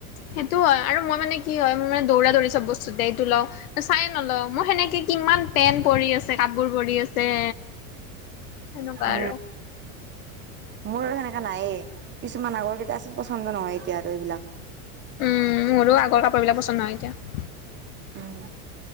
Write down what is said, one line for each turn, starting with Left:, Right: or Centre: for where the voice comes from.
Left: সেইটো হয় আৰু মই মানে কি হয়, মোৰ মানে দৌৰা দৌৰি চব বস্তুতে এইটো লওঁ, চাই নলওঁ। মোৰ সেনেকে কিমান পেন্ট পৰি আছে, কাপোৰ পৰি আছে। সেনেকুৱা
Right: হে,
Left: আৰু।
Right: মোৰ আৰু সেনেকা নায়েই। কিছুমান আগৰ কেইটা আছিল পচন্দ নহয় এতিয়া আৰু এইবিলাক।
Left: উম, মোৰো আগৰ কাপোৰবিলাক পচন্দ নহয় এতিয়া।
Right: উম।